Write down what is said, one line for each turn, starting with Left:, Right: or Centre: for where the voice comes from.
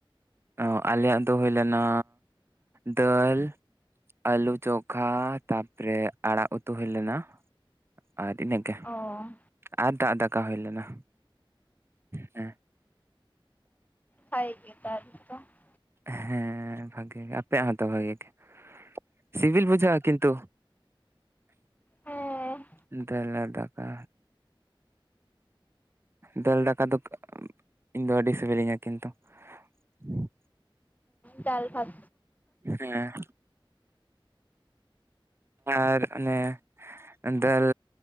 Right: ᱚ ᱟᱞᱮᱭᱟᱜ ᱫᱚ ᱦᱩᱭ ᱞᱮᱱᱟ ᱫᱟᱹᱞᱼᱼ ᱟᱹᱞᱩ ᱪᱚᱠᱠᱷᱟ ᱛᱟᱯᱚᱨᱮ ᱟᱲᱟᱜ ᱩᱛᱩ ᱦᱳᱭ ᱞᱮᱱᱟ ᱟᱨ ᱤᱱᱟᱹᱜ᱾
Left: ᱚᱻ
Right: ᱟᱨ ᱫᱟᱜᱽ ᱫᱟᱠᱟ ᱦᱳᱭ ᱞᱮᱱᱟ ᱦᱮᱸ᱾
Left: ᱵᱷᱟᱭᱜᱮ ᱫᱟᱞᱮᱛᱚ <unintelligible>
Right: ᱦᱮᱸ ᱵᱷᱟᱜᱮ ᱜᱮ ᱟᱯᱮᱭᱟᱜ ᱦᱚᱸᱛᱚ ᱵᱷᱟᱜᱮ ᱜᱮ ᱥᱤᱵᱤᱞ ᱵᱩᱡᱷᱟᱹᱜ ᱠᱤᱱᱛᱩ
Left: ᱦᱮᱸ
Right: <unintelligible> ᱫᱟᱹᱞ ᱟᱨ ᱫᱟᱠᱟ ᱫᱟᱹᱞ ᱫᱟᱠᱟ ᱫᱚ ᱤᱧ ᱫᱚ ᱟᱹᱰᱤ ᱥᱮᱵᱮᱞᱤᱧᱟ ᱠᱤᱱᱛᱩ᱾ ᱦᱮᱸ <unintelligible>
Left: ᱫᱟᱞ ᱵᱷᱟᱛ
Right: ᱦᱮᱸ ᱟᱨ ᱚᱱᱮ ᱫᱟᱹᱞ